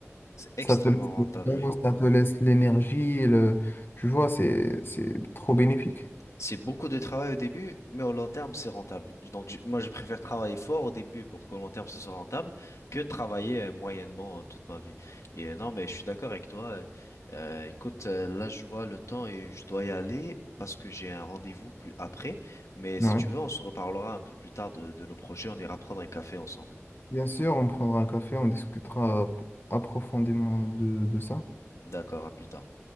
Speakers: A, on the left (about 85°); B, on the left (about 45°).
A: C'est extrêmement
B: Ça te laisse
A: rentable,
B: le temps,
A: oui.
B: ça te laisse l'énergie, le... tu vois, c'est, c'est trop bénéfique.
A: C'est beaucoup de travail au début, mais au long terme, c'est rentable. Donc, je- moi, je préfère travailler fort au début pour qu'au long terme, ce soit rentable que de travailler euh, moyennement euh, toute ma vie. Et euh, non, mais je suis d'accord avec toi. euh, euh, écoute, euh, là, je vois le temps et je dois y aller parce que j'ai un rendez-vous plus après. Mais si
B: Ouais.
A: tu veux, on se reparlera un peu plus tard de, de nos projets. On ira prendre un café ensemble.
B: Bien sûr, on prendra un café, on discutera approfondément de, de ça.
A: D'accord, à plus tard.